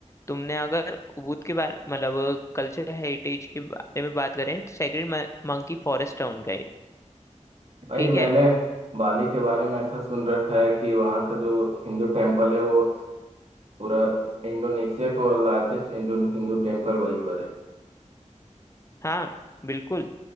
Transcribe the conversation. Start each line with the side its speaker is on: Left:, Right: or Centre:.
Left: तुमने अगर उबुद के बारे मतलब कल्चर हेरिटेज के बारे में बात करें तो सेक्रेड मंकी फॉरेस्ट टाउन का एक
Right: भाई
Left: ठीक
Right: मैंने
Left: है
Right: बाली के बारे में ऐसा सुन रखा है कि वहाँ का जो हिंदू टेम्पल है वो पूरा इंडोनेशिया का लार्जेस्ट इंडो हिंदू टेम्पल वहीं पर है
Left: हाँ बिल्कुल